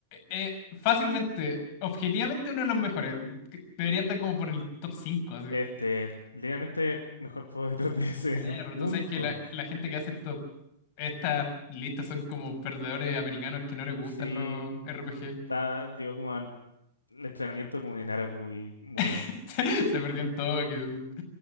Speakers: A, on the left (about 45°); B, on the left (about 80°).
A: es fácilmente, objetivamente uno de los mejores. Que Debería estar como por el top 5 así.
B: Este, ligeramente mejor juego de 3DS,
A: Bueno,
B: <laughs>
A: pero
B: punto.
A: tú sabes que la, la gente que hace esto, estas listas son como perdedores americanos que no les gustan
B: Sí,
A: los RPG.
B: está- llegó como al entrenamiento como de Naraku y murió.
A: <laughs> Se perdió todo. Que...